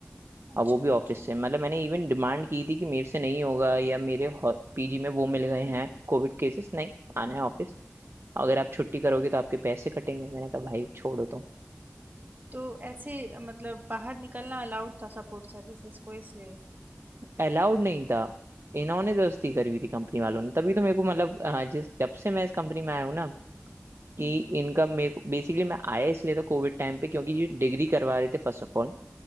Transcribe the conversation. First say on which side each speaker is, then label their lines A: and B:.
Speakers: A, on the right; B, on the right.
A: अच्छा
B: और वो भी
A: अच्छा
B: ऑफिस से मतलब मैंने इवन डिमांड की थी कि मेरे से नहीं होगा या मेरे पीजी में वो मिल
A: हम्म
B: गए हैं कोविड केसेस नहीं आना
A: हम्म
B: है ऑफिस अगर आप छुट्टी करोगे तो आपके पैसे कटेंगे मैंने कहा भाई छोड़ो
A: तो ऐसे मतलब बाहर निकलना अलाउड था सपोर्ट सर्विसेज को इसलिए
B: अलाउड नहीं था इन्होंने दोस्ती
A: हम्म
B: करी हुई थी कंपनी वालों ने तभी तो मेरे को मतलब अ, जिस जब से मैं इस कंपनी में आया हूँ ना कि
A: हम्म
B: इनका मेरे को बेसिकली मैं आया इसलिए था कोविड टाइम पे क्योंकि ये डिग्री करवा रहे थे फर्स्ट ऑफ ऑल